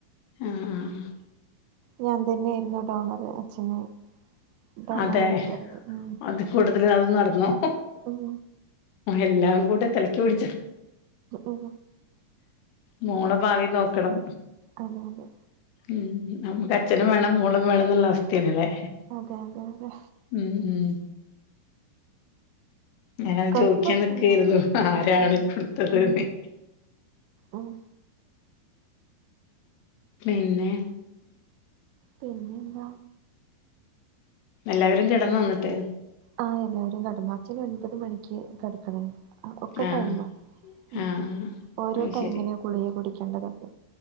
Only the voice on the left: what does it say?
ആഹ് ആഹ്
അതെ
അത് കൂടുതൽ അത് നടന്നു
എല്ലാം കൂടെ തലക്ക് പിടിച്ച
മോളെ ഭാവി നോക്കണം
ഉം നമ്മക്ക് അച്ഛനും വേണം മോളും വേണോന്നുള്ള അവസ്ഥയാണ്ല്ലേ
ഉം ഉം ഞാന അത്
ചോയിക്കാൻ നിക്കേരുന്നു
ആരാണ്
കൊടുത്തത്
ന്ന്
പിന്നെ
എല്ലാവരും കിടന്നോ എന്നിട്ട്
ആഹ്
ആഹ് ആഹ്
അത്
ശരി